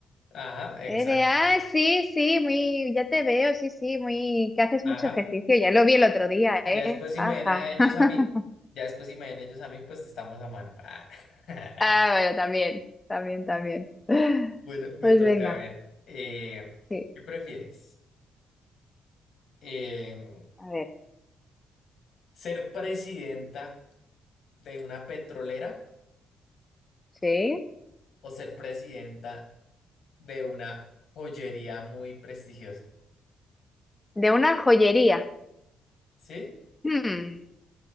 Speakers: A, on the left; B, on the left.
A: Ajá, exacto.
B: Eh, de, ah, sí, sí, muy, ya te veo, sí, sí, muy, que haces
A: Ajá.
B: mucho ejercicio, ya lo vi el otro día,
A: Ya
B: ¿eh?
A: después si
B: Ajá.
A: me ven a ellos
B: <laughs>
A: a mí, ya después si me ven ellos a mí, pues estamos a mano. Ah. <laughs>
B: Ah, bueno, también, también, también. Pues
A: Bueno, me toca
B: venga,
A: a ver. eh,
B: sí,
A: ¿qué prefieres? Em,
B: a ver,
A: ¿ser presidenta de una petrolera?
B: sí.
A: o ser presidenta de una joyería muy prestigiosa.
B: De una joyería.
A: ¿Sí?
B: Hmm,